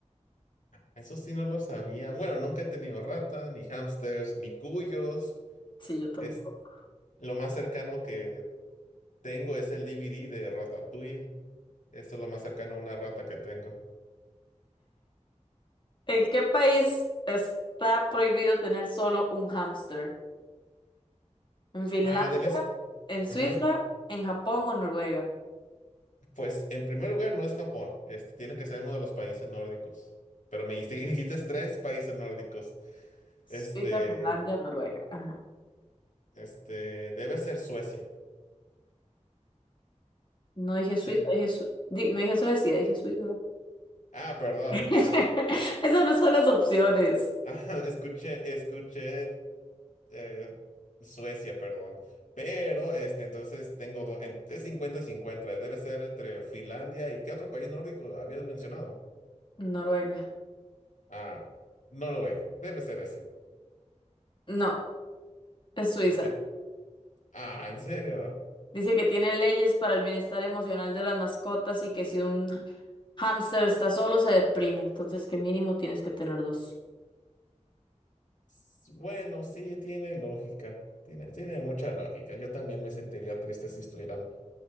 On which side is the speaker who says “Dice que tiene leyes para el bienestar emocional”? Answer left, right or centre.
Left